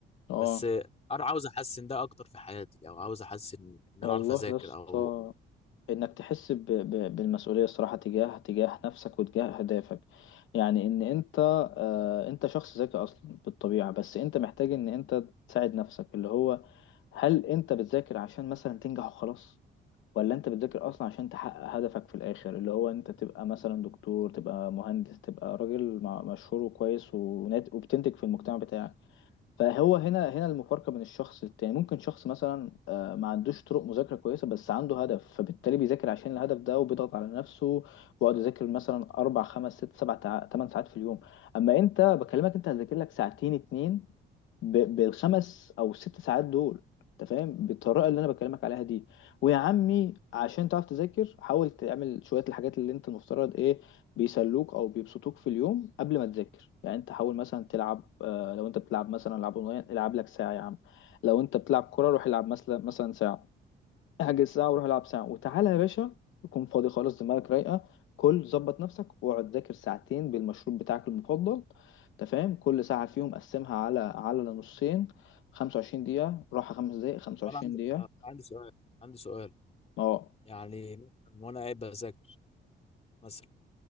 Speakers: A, on the left; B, on the left.
A: اه
B: بس انا عاوز احسن ده اكتر في حياتي او عاوز احسن ان
A: والله
B: انا اعرف اذاكر
A: يا اسطى
B: او
A: انك تحس ب... ب... بالمسؤوليه الصراحه تجاه تجاه نفسك وتجاه اهدافك يعني ان انت آه انت شخص ذكي اصلا بالطبيعه بس انت محتاج ان انت تساعد نفسك اللي هو هل انت بتذاكر عشان مثلا تنجح وخلاص ولا انت بتذاكر اصلا عشان تحقق هدفك في الاخر اللي هو انت تبقى مثلا دكتور تبقى مهندس تبقى راجل مع- مشهور وكويس ونات... وبتنتج في المجتمع بتاعك فهو هنا هنا المفارقة بين الشخص للتاني ممكن شخص مثلا آه، ما عندوش طرق مذاكرة كويسة بس عنده هدف فبالتالي بيذاكر عشان الهدف ده وبيضغط على نفسه ويقعد يذاكر مثلا أربع خمس ست سبع تع- تمن ساعات في اليوم أما أنت بكلمك أنت هتذاكر لك ساعتين اتنين ب... بالخمس او ست ساعات دول انت فاهم بالطريقه اللي انا بكلمك عليها دي ويا عمي عشان تعرف تذاكر حاول تعمل شويه الحاجات اللي انت المفترض ايه بيسلوك او بيبسطوك في اليوم قبل ما تذاكر يعني انت حاول مثلا تلعب آه، لو انت بتلعب مثلا العاب اونلاين العب لك ساعه يا عم لو انت بتلعب كوره روح العب مثلا مثلا ساعه احجز ساعة وروح العب ساعة وتعالى يا باشا يكون فاضي خالص دماغك رايقة كل ظبط نفسك واقعد ذاكر ساعتين بالمشروب بتاعك المفضل انت فاهم كل ساعة فيهم قسمها على على نصين 25 دقيقة راحة خمس دقايق 25
B: وانا عندي
A: دقيقة
B: آه، عندي سؤال عندي سؤال
A: اه
B: يعني مثلا وانا قاعد بذاكر مثلا